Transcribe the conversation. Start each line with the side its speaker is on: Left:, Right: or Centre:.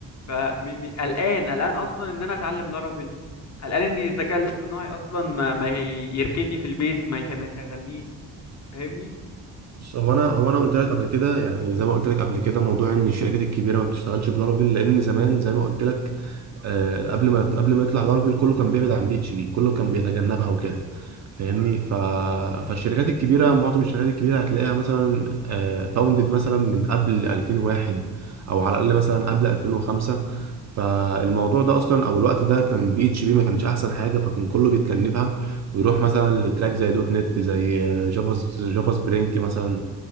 Left: فقلقان قلقان اصلا ان انا اتعلم لارافيل قلقان ان الذكاء الاصطناعي اصلا ما, ما يركني في البيت ما يخ- ما يشغلنيش فاهمني
Right: بص هو انا هو انا قلت لك قبل كده يعني زي ما قلت لك قبل كده موضوع ان الشركات الكبيره ما بتشتغلش بلارافيل لان زمان زي ما قلت لك آه، قبل ما قبل ما يطلع لارفيل كله كان بيبعد عن بي اتش بي كله كان بيتجنبها وكده فاهمني ف... فالشركات الكبيره معظم الشركات الكبيره هتلاقيها مثلا فاوندد مثلا من قبل 2001 او على الاقل مثلا قبل 2005 فالموضوع ده اصلا او الوقت ده كان بي اتش بي ما كانش احسن حاجه فكان كله بيتجنبها ويروح مثلا لتراك زي دوت نت زي آه، جافا جافا سبرينج مثلا